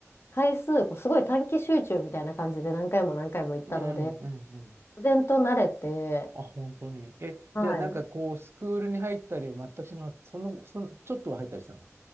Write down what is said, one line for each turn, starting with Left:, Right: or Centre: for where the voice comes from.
Left: 回数、こうすごい短期集中みたいな感じで何回も何回も行ったので、
Right: うん。うん。うん。うん
Left: 自然と慣れて、
Right: あ、本当に。え、
Left: はい。
Right: じゃあなんかこう、スクールに入ったりは全くしなかった。その、その、ちょっとは入ったりしたの